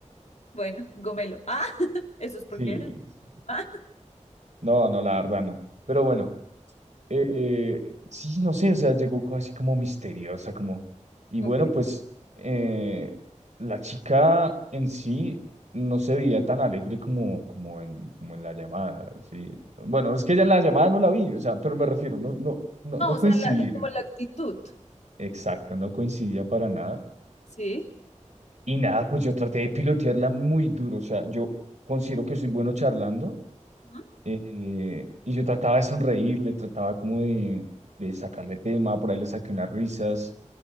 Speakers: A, on the left (about 65°); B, on the right (about 70°).
A: Bueno, gomelo. Ah, <laughs> eso es porque
B: Sí,
A: eres.
B: sí, sí, sí.
A: Ah,
B: No, no, la verdad no. Pero bueno, eh, sí, no sé, o sea, llegó co- así como misteriosa, como... Y
A: <laughs>
B: bueno,
A: ok.
B: pues eh, la chica en sí no se veía tan alegre como, como en, como en la llamada, sí. Bueno, es que ella en la llamada no la vi, o sea, pero me refiero, no, no, no,
A: No,
B: no
A: o
B: coincidí.
A: sea, la, la- como la actitud,
B: Exacto, no coincidía para nada.
A: ¿sí?
B: Y nada, pues yo traté de pilotearla muy duro. O sea, yo considero que soy bueno charlando
A: Ujú,
B: eh, y yo trataba de sonreírle, trataba como de, de sacarle tema, por ahí le saqué unas risas.